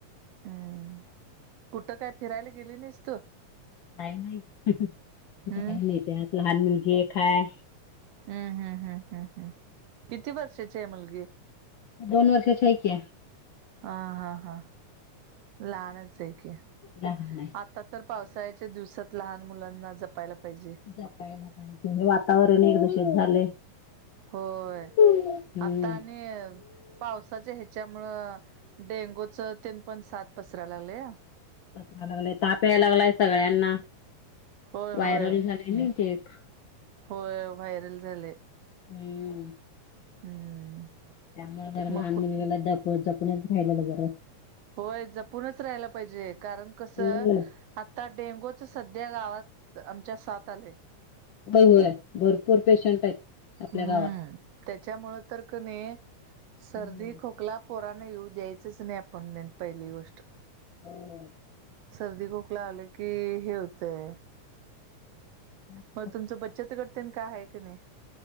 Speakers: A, on the right (about 75°); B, on the left (about 75°).
A: हम्म. कुठं काय फिरायला गेली नाहीस तु?
B: नाही नाही कुठ
A: हम्म
B: काही नाही त्यात लहान मुलगी एक हाय.
A: हम्म हम्म हम्म हम्म हम्म किती वर्षाची आहे मुलगी?
B: दोन वर्षाची हाय की.
A: हा हा हां. लहानचे की आत
B: लहान आहे
A: आता तर पावसाळ्याच्या दिवसात लहान मुलांना जपायला पाहिजे.
B: जपायला पाहिजे. हे वातावरण एक दूषित झालंय.
A: होय
B: हम्म
A: आता आणि पावसाच्या ह्याच्यामुळं डेंगूच तीन पॉन सात पसरा लागले.
B: गय ताप यायला लागलाय सगळ्यांना.
A: होय
B: व्हायरल
A: होय
B: झालेय ना केक.
A: होय व्हायरल झाले.
B: हम्.
A: <inaudible>
B: त्यामुळे जरा लहान
A: मग कुठ
B: मुलगाला ज जपणच रायलेलं बरं.
A: होय जपूनच राहाला पाहिजे कारण कसं
B: हम्म
A: आ आता डेंगूच सध्या गावात आमच्या सात आलंय.
B: हो होय भरपूर पेशंट आहेत. आपल्या
A: हम्म
B: गावात.
A: त्याच्यामुळ तर क नाही सर्दी,
B: हम्म
A: खोकला. पुराण य्यू द्यायचंच नाही आपण पहिली गोष्ट.
B: होय.
A: सर्दी खोकला आले की हे होतय.
B: ह <inaudible>
A: मग तुमचं बच्चत गट तेन का आहे की नाही?